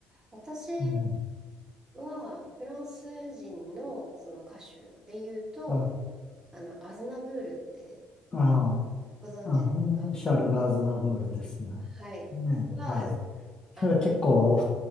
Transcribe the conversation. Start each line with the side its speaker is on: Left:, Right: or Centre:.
Right: 私
Left: うん。
Right: はフランス人のその歌手で言うと、
Left: あ、
Right: あの、アズナブールって
Left: あ、
Right: ご存知ですか
Left: あ、シャルル・アズナブールですね。
Right: はい。
Left: ね、
Right: は、
Left: はい。
Right: あの、
Left: それは結構、